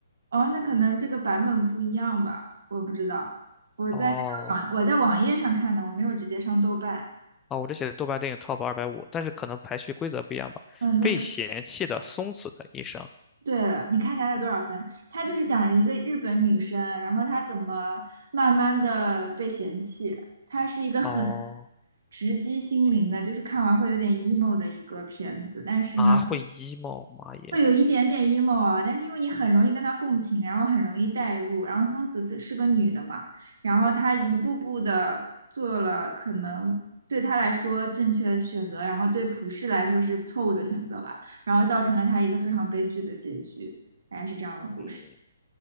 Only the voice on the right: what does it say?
哦，那可能这个版本不一样吧，我不知道。我在那个网，
我在网页上看的，我没有直接上豆瓣。
嗯，对。
对了，你看一下他多少分？他就是讲一个日本女生，然后她怎么慢慢的被嫌弃。她是一个很
直击心灵的，就是看完会有点 emo 的一个片子。但是呢，
会有一点点 emo 啊，但是因为你很容易跟他共情，然后很容易代入，然后松子是是个女的嘛，然后她一步步的做了可能对她来说正确的选择，然后对普世来说是错误的选择吧，然后造成了她一个非常悲剧的结局，大概是这样的故事。